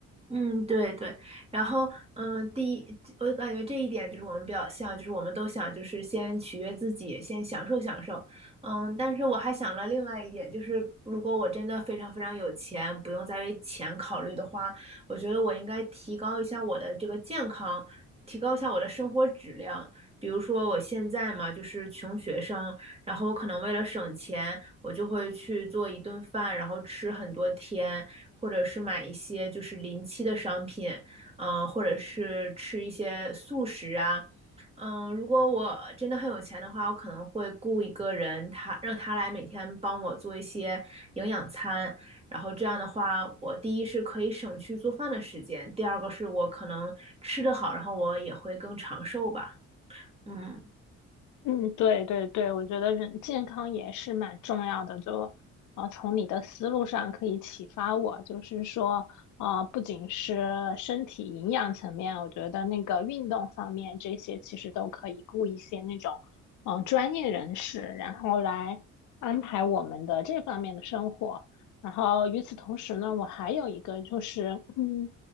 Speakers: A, on the right (about 20°); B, on the left (about 75°).
A: 嗯，对对，然后嗯，呃第一，我感觉这一点就是我们比较像，就是我们都想就是先取悦自己，先享受享受，嗯，但是我还想了另外一点，就是如果我真的非常非常有钱，不用再为钱考虑的话，我觉得我应该提高一下我的这个健康，提高一下我的生活质量。比如说我现在嘛，就是穷学生，然后我可能为了省钱，我就会去做一顿饭，然后吃很多天。或者是买一些就是临期的商品，嗯、呃或者是吃一些素食啊，嗯，呃如果我真的很有钱的话，我可能会雇一个人，他让他来每天帮我做一些营养餐，然后这样的话，我第一是可以省去做饭的时间，第二个是我可能吃得好，然后我也会更长寿吧，嗯。
B: 嗯，对对对，我觉得人健康也是蛮重要的。就，呃，从你的思路上可以启发我，就是说，呃，不仅是身体营养层面，我觉得那个运动方面这些其实都可以雇一些那种，嗯、专业人士，然后来安排我们的这方面的生活。然后与此同时呢，我还有一个就是，嗯。